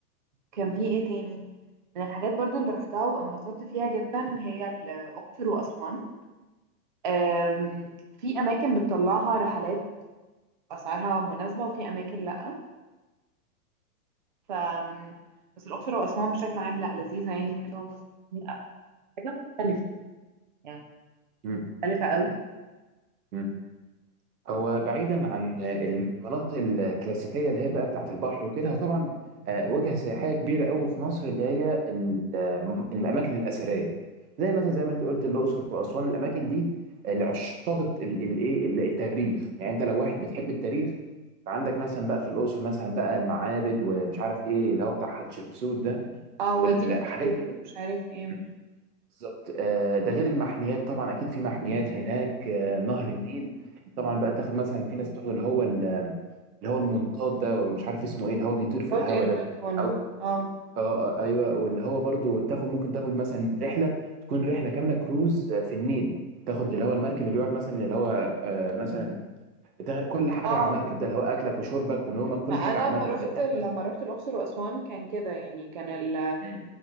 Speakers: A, on the right; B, on the right.
A: كان في ايه تاني من الحاجات برضو اللي رحتها وانبسطت فيها جدا هي الأقصر وأسوان آم، في أماكن بتطلعها رحلات أسعارها مناسبة وفي أماكن لأ ف بس الأقصر وأسوان بشكل عام لأ لذيذة يعني حلوة بس لا، حاجة مختلفة يعني
B: مم.
A: مختلفة قوي
B: ايوه هو بعيدا عن المناطق الكلاسيكيه اللي هي بقى بتاعه البحر وكده هو طبعا آه، وجهه سياحيه كبيره قوي في مصر اللي هي ال- الاماكن الاثريه زي مثلا زي ما انت قلت الاقصر واسوان الاماكن دي لعشاق الايه التاريخ يعني انت لو واحد بتحب التاريخ فعندك مثلا بقى في الاقصر مثلا بقى المعابد ومش عارف ايه اللي هو بتاع حتشبسوت ده
A: اه وادي
B: والحاجات
A: الملوك
B: دي
A: ومش عارف ايه
B: كلها بالظبط آه، ده غير المحميات طبعا اكيد في محميات هناك آه، نهر النيل طبعا بقى تاخد مثلا في ناس بتاخد اللي هو ال- اللي هو المنطاد ده ومش عارف اسمه ايه اللي هو بيطير
A: بتقعد
B: في الهوا
A: اير
B: ده
A: بالون
B: او
A: اه
B: آه آه، ايوه واللي هو برضو تاخد ممكن تاخد مثلا رحله تكون رحله كامله كروز آه، في النيل تاخد اللي هو المركب اللي يقعد مثلا اللي هو آه، مثلا بتا- كل حاجه
A: اه
B: على المركب ده اللي هو اكلك وشربك ونومك كل
A: ما انا
B: حاجه على المركب
A: لما رحت
B: ده تاخد
A: لما
B: مثلا
A: رحت الاقصر واسوان كان كده يعني كان
B: مم.